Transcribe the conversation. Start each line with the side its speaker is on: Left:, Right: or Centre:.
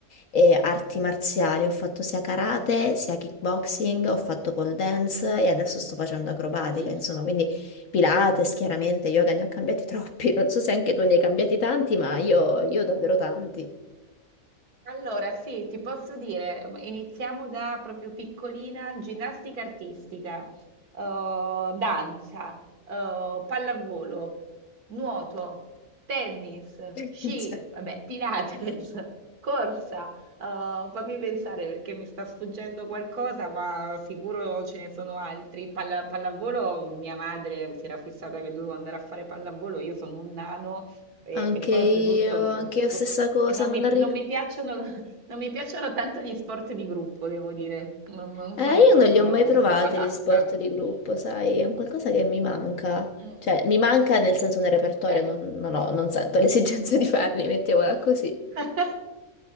Left: e arti marziali. Ho fatto sia karate, sia kickboxing, ho fatto pole dance e adesso sto facendo acrobatica,
Right: Mhm.
Left: insomma, quindi Pilates, chiaramente, yoga ne ho cambiati <laughs> troppi. Non so se anche tu ne hai cambiati tanti, ma io, io davvero tanti.
Right: Allora, sì, ti posso dire, uhm, iniziamo da proprio piccolina, ginnastica artistica, eh, danza, eh, pallavolo, nuoto, tennis,
Left: <laughs>
Right: sci,
Left: Cioè,
Right: vabbè, Pilates, <laughs> corsa. eh, fammi pensare perché mi sta sfuggendo qualcosa, ma sicuro ce ne sono altri. Palla- pallavolo, mia madre si era fissata che dovevo andare a fare pallavolo, io sono un nano E,
Left: Anche
Right: e poi
Left: io,
Right: oltretutto
Left: anche
Right: mm,
Left: io
Right: co-
Left: stessa cosa,
Right: e non
Left: non
Right: mi,
Left: arrivo.
Right: non mi piacciono, <laughs> non mi piacciono tanto gli sport di gruppo, devo dire, non, non
Left: Eh,
Right: sono proprio
Left: io non li ho mai provati
Right: mm, adatta.
Left: gli sport di gruppo, sai, è un qualcosa che mi manca.
Right: Mm,
Left: Cioè, mi manca nel senso nel repertorio,
Right: Cioè,
Left: non, non ho- non sento <laughs> l'esigenza di farli, mettiamola così.
Right: <laughs>